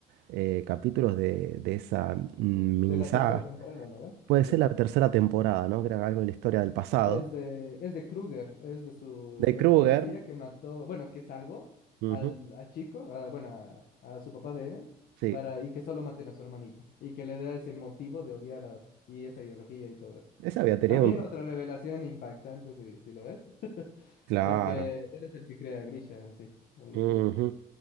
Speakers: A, on the right; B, on the left.
A: eh, capítulos de, de esa mm, mini
B: De la
A: saga.
B: tercera temporada, ¿no ve?
A: Puede
B: Sí,
A: ser
B: sí.
A: la tercera temporada, ¿no? Que era algo de la historia del pasado.
B: Es de, es de Kruger, es de su,
A: De
B: del
A: Kruger.
B: policía que mató, bueno, que salvó
A: Ujú.
B: al, al chico, a- bueno, a, a su papá de Eren,
A: Sí,
B: para, y que solo maten a su hermanita, y que le da ese motivo de odiar a, y esa ideología y todo eso.
A: Esa había tenido
B: También
A: un...
B: otra revelación impactante, si, si lo ves, <laughs>
A: Claro.
B: porque él es el que crea a Grisha en sí. Uy,
A: Ujú.
B: uy.